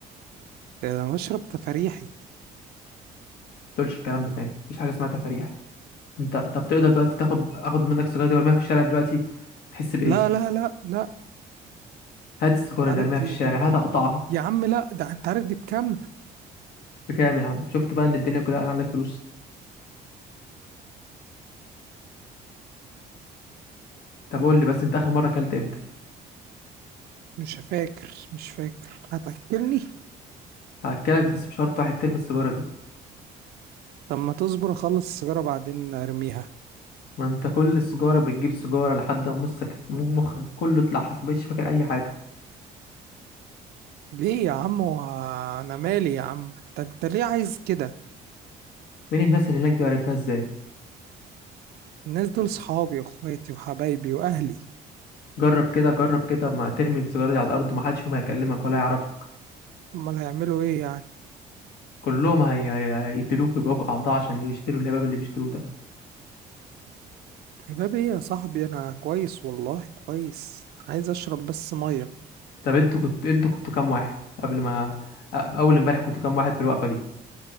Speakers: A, on the right (about 70°); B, on the left (about 70°).
A: ده انا بشرب تفاريحي
B: تقولش الكلام ده تاني مفيش حاجه اسمها تفريحي انت طب تقدر دلوقتي تاخد اخد منك السيجاره دي وارميها في الشارع دلوقتي هتحس بايه
A: لا لا لا لا
B: هات السيجاره
A: انت
B: دي
A: عارف
B: ارميها
A: دي
B: في الشارع
A: دي, دي,
B: هات اقطعها
A: يا عم لا ده انت عارف دي بكام
B: بكام يا عم شفت بقى ان الدنيا كلها عندك فلوس طب قول لي بس انت اخر مره اكلت امتى
A: مش فاكر مش فاكر هتاكلني
B: هاكلك بس بشرط واحد ترمي السيجاره دي
A: طب ما تصبر اخلص السيجارة بعدين ارميها
B: ما انت كل السيجاره بتجيب سيجاره لحد ما مخك مخك كله اتلحس ما بقتش فاكر اي حاجه
A: ليه يا عم هو انا مالي يا عم انت انت ليه عايز كده
B: مين الناس اللي هناك دي وعرفتها ازاي
A: الناس دول صحابي واخواتي وحبايبي واهلي
B: جرب كده جرب كده ما ترمي السيجارة دي على الأرض ومحدش فيهم هيكلمك ولا هيعرفك
A: امال هيعملوا ايه يعني
B: كلهم هي... هي- هيقتلوك ويبقوك أعضاء عشان يشتروا الهباب اللي بيشتروه ده
A: حباب ايه يا صاحبي انا كويس والله كويس عايز اشرب بس مية
B: طب انتوا كنت انتوا كنتوا كام واحد قبل ما أ- أول امبارح كنتوا كام واحد في الوقفة دي